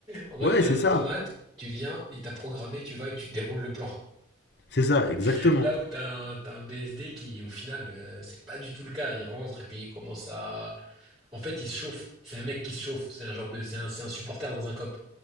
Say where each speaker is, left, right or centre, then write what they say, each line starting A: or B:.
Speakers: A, on the right; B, on the left.
A: En fait,
B: Ouais
A: t'es un
B: c'est
A: automate,
B: ça.
A: tu viens, il t'a programmé, tu vas et tu déroules le plan.
B: C'est ça exactement.
A: <laughs> Là où t'as un, t'as un BSD qui, au final, euh, c'est pas du tout le cas. Il rentre et puis il commence à... En fait, il se chauffe. C'est un mec qui se chauffe. C'est un genre de... C'est un, c'est un supporter dans un cop.